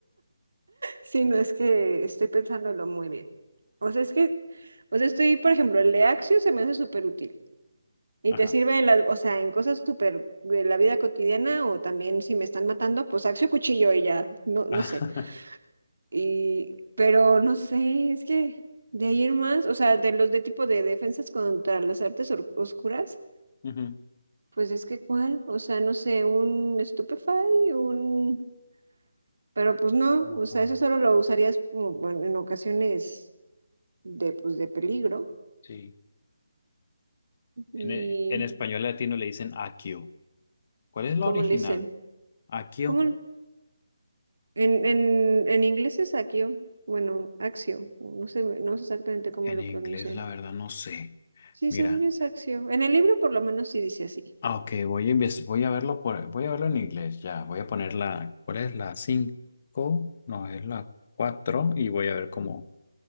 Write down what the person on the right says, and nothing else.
Sí, no es que estoy pensándolo muy bien. O sea, es que, o sea, estoy, por ejemplo, el de Axio se me hace súper útil. Y
te sirve en la, o sea, en cosas súper de la vida cotidiana o también si me están matando, pues Axio cuchillo y ya, no, no
sé. Y, pero no sé, es que de ahí en más, o sea, de los de tipo de defensas contra las artes or- oscuras,
pues es que cuál, o sea, no sé, un Stupefy, un... Pero pues no,
o sea, eso solo lo usarías como, bueno, en ocasiones de, pues, de peligro.
Y,
¿cómo
le dicen?
¿Cómo? le- En, en, en inglés es axio, bueno, axio, no sé, no sé exactamente cómo
lo
pronuncian.
Sí,
según yo es axio. En el libro por lo menos sí dice así.